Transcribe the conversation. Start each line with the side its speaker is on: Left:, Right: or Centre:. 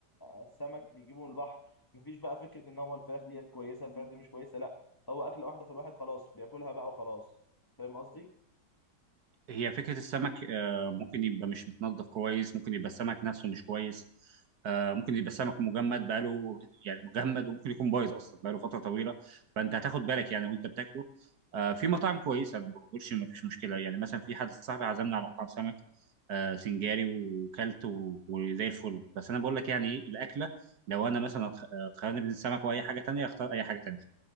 Left: السمك بيجيبه من البحر مفيش بقى فكره ان هو الفراخ ديت كويسه الفراخ دي مش كويسه لا هو اكله واحده فالواحد خلاص بياكلها بقى وخلاص فاهم قصدي
Right: هي فكرة السمك آه، ممكن يبقى مش متنظف كويس ممكن يبقى السمك نفسه مش كويس آه، ممكن يبقى السمك مجمد بقاله <laughs> يعني مجمد وممكن يكون بايظ أصلا بقاله فترة طويلة فأنت هتاخد بالك يعني وأنت بتاكله آه، في مطاعم كويسة أنا ما بقولش ما فيش مشكلة يعني مثلا في حد صاحبي عزمنا على مطعم سمك آه، سنجاري وكلت و- وزي الفل بس أنا بقول لك يعني إيه الأكلة لو أنا مثلا أتخ- آه، اتخيرني بين السمك وأي حاجة تانية أختار أي حاجة تانية